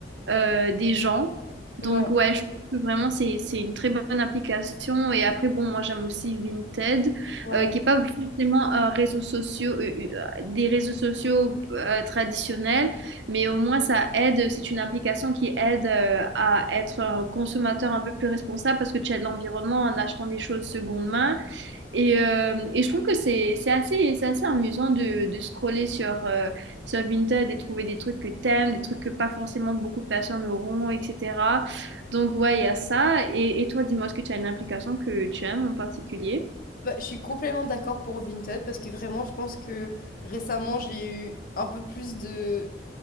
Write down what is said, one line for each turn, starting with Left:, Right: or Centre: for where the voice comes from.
Right: euh, des gens. Donc,
Left: ouais,
Right: ouais, je trouve que vraiment, c'est, c'est une très bonne application. Et après, bon, moi, j'aime aussi Vinted,
Left: ouais.
Right: euh, qui n'est pas forcément un réseau social, des réseaux sociaux euh, traditionnels, mais au moins, ça aide. C'est une application qui aide euh, à être un consommateur un peu plus responsable parce que tu aides l'environnement en achetant des choses seconde main. Et, euh, et je trouve que c'est c'est assez, c'est assez amusant de, de scroller sur, euh, sur Vinted et trouver des trucs que t'aimes, des trucs que pas forcément beaucoup de personnes auront, etc. Donc ouais, il y a ça. Et, et toi, dis-moi, est-ce que tu as une application que tu aimes en particulier?
Left: Bah, je suis complètement d'accord pour Vinted parce que vraiment, je pense que récemment, j'ai eu un peu plus de...